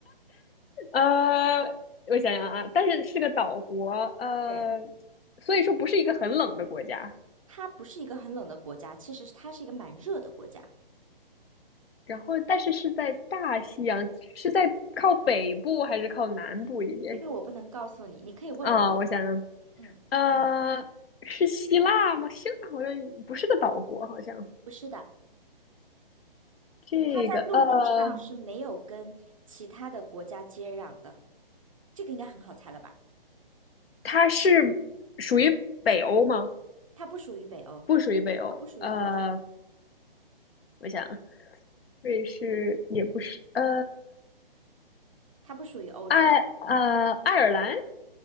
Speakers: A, on the left (about 80°); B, on the right (about 35°).
A: 呃，我想想啊，但是是个岛国，呃，
B: 对，
A: 所以说不是一个很冷的国家。
B: 它不是一个很冷的国家，其实它是一个蛮热的国家。
A: 然后，但是是在大西洋，是在靠北部还是靠南部一点
B: 这个我不能告诉你，你可以问我。
A: 啊？我想想，
B: 嗯，
A: 呃，是希腊吗？希腊好像不是个岛国，好像
B: 不是的，
A: 这个呃，
B: 它在陆地上是没有跟其他的国家接壤的。这个应该很好猜了吧？
A: 它是属于北欧吗？
B: 它不属于北欧，
A: 不属于北欧，
B: 它不属于欧洲，
A: 呃，我想瑞士也不是，呃，
B: 它不属于欧洲，
A: 爱呃爱尔兰，